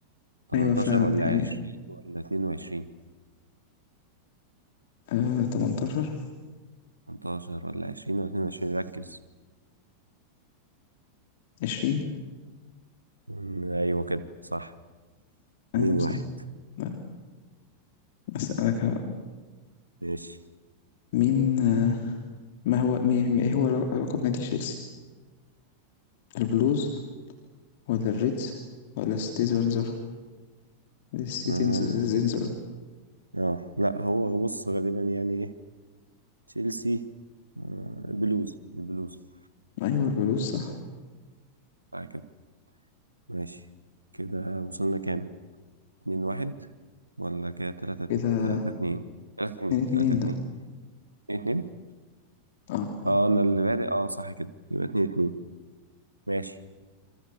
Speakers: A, on the right; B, on the left.
A: 18
B: ايوه فعلا
A: ولا
B: دي حقيقة
A: 20 ولا 22
B: آه 18
A: 18 ولا 20 ولا 22 ركز
B: 20
A: مم، أيوة كده صح
B: ايوه
A: اتنين واحد
B: صح لا، اسالك انا بقى
A: ماشي
B: مين آه ما هو مي- مي- ايه هو لق- لقب نادي تشيلسي البلوز ولا الريدز ولا الستيزرزر الستيتنزر
A: اه آه، لا هو بص غالبا يعني ايه تشيلسي آه بلوز البلوز
B: ايوه البلوز صح
A: صح كده ماشي كده وصلنا كام اتنين واحد ولا كده تلاتة اتنين
B: كده
A: تلاتة اتنين تلاتة اتنين
B: اتنين
A: تلاتة اتنين
B: اتنين
A: اتنين اتنين
B: آه،
A: اه
B: آه،
A: انا اللي بادئ اه صح كده يبقى اتنين اتنين ماشي